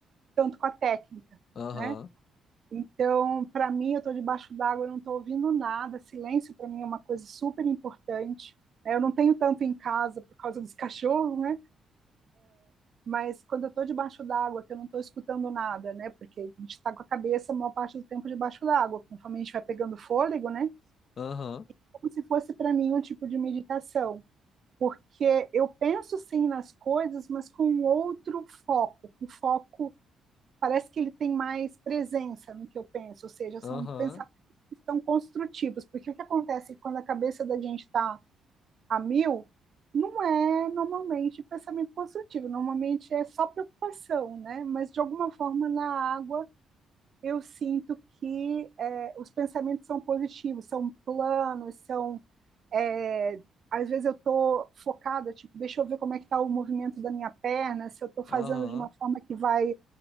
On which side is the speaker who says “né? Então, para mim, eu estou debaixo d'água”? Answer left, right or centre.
Right